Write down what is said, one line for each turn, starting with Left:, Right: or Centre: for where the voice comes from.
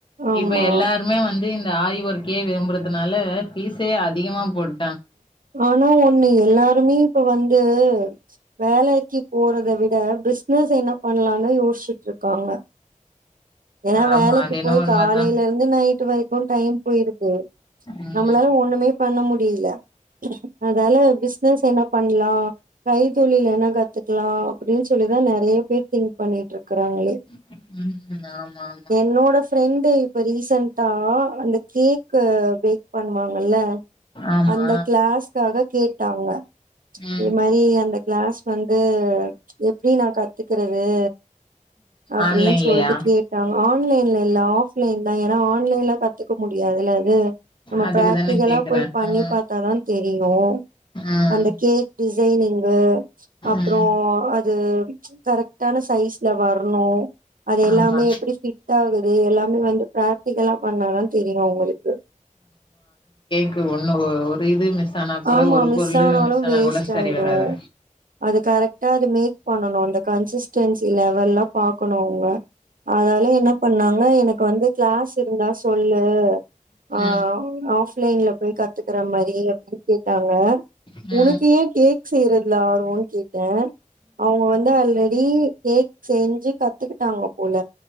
Right: ஆமா
Left: இப்ப எல்லாருமே வந் து இந்த ஆரி ஒர்க்கே விரும்புறதுனால பீஸே அதிகமா போடு
Right: ஆனா ஒன் னு எல்லாருமே இப்ப வந்து வேலைக்கி போறத விட பிஸ்னஸ் என்ன பண் ல்லாமே யோஸ்ச்சுட்ருக்காங்க ஏனா வலைக்கு
Left: ஆமா அது என்னவோ
Right: போய்
Left: உண்மதா
Right: காலைல இருந்து நைட்டு வரைக்கு டைம் போய்ருது
Left: ம்
Right: நம்ளால ஒண்ணுமே பண்ண முடியல அதால பிஸ்னஸ் என்ன பண்லா கை தொழில் என்ன கத்துக்லா அப்டின் சொல்லி தா நெறய பேர் திங்க் பண்ணிட்ருக்கறாங்ளே
Left: ம் ஆமா ஆமா
Right: என்னோட ஃப்ரெண்டு இப்ப ரீசண்டா ஆ அந்த கேக்கு பேக் பண்ணுவாங்கல்ல
Left: ஆமா
Right: அந்த க்ளஸ்காக கேட்டாங்க
Left: ம்
Right: இது மாரி அந்த க்ளஸ் வந்து அ எப்டி நா கத்துக்குறது அப்டின்
Left: ஆன்லைன்லயா
Right: சொல்ட்டு கேட்டாங்க ஆன்லைன்ல இல்ல ஆஃப்லைன் தா ஏனா ஆன்லைன்ல கத்துக்க முடியாதுல இது நம்ம
Left: அதுக்குதான
Right: ப்ரக்டிகலா
Left: கேக்குறே
Right: போய் பண்ணி
Left: ம்
Right: பாத்தாதா தெரியு
Left: ம்
Right: அந்த கேக் டிசைனிங்கு அப்றோ
Left: ம்
Right: அது கரெக்டான சை ஸ்ல வர்ணு அது எல்லாமே
Left: ஆமா
Right: எப்டி ஃபிட்டாகுது எல்லாமே வந்து ப்ரக்டிகலா பண்ணாதா தெரியு அவுங்களுக்கு
Left: க்கு ஒண்ணு ஒ ஒரு இது மிஸ் ஆனா கூட
Right: ஆமா
Left: ஒரு
Right: மிஸ்
Left: பொருளு
Right: ஆனாலு
Left: மிஸ் ஆனா
Right: வேஸ்ட்
Left: கூட சரி
Right: ஆயிடு
Left: வராது
Right: அது கரெக்டா அது மேக் பண்ணணு அந்த கன்சிஸ்டன்சி லெவல்லா பாக்கணு அவுங்க அதால என்ன பண்ணாங்க எனக்கு வந்து க்ளஸ் இருந்தா சொல்லு ஆ
Left: ம்
Right: ஆஃப்லைன்ல போய் கத்துக்கிற மாரி அப்டின் கேட்டாங்க
Left: ம்
Right: உனக்கு ஏ கேக் செய்றதுல ஆர்வோன் கேட்ட அவுங்க வந்து ஆல்ரெடி கேக் செய்ஞ்சு கத்துக்கிட்டாங்கோ போல